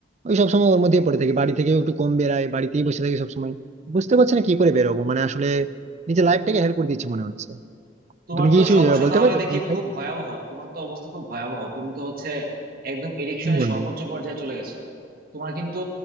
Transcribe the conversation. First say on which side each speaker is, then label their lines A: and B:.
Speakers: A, on the right; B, on the right.
A: ওই সব সময় ওর মধ্যেই পড়ে থাকি বাড়ি থেকেও একটু কম বেড়াই বাড়িতেই বসে থাকি সব সময় বুঝতে পারছি না কি করে বেরোবো মানে আসলে নিজের লাইফটাকে হেল্প করে দিচ্ছি মনে হচ্ছে
B: তোমার
A: তুমি কি
B: তো
A: কিছু
B: সমস্যা
A: আহ, বলতে
B: তাহলে
A: পারবে
B: দেখি
A: কোন বিষয়ে?
B: খুব ভয়াবহ তোমার তো অবস্থা খুব ভয়াবহ তুমি তো হচ্ছে একদম এডিকশনের
A: হ্যাঁ, বন্ধু
B: সর্বোচ্চ পর্যায়ে চলে গেছো তোমার কিন্তু